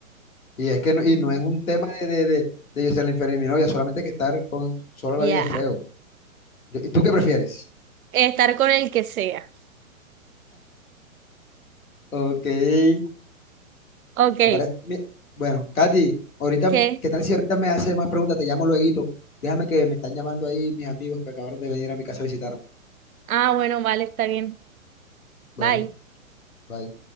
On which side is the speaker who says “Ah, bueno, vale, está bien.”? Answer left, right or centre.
Right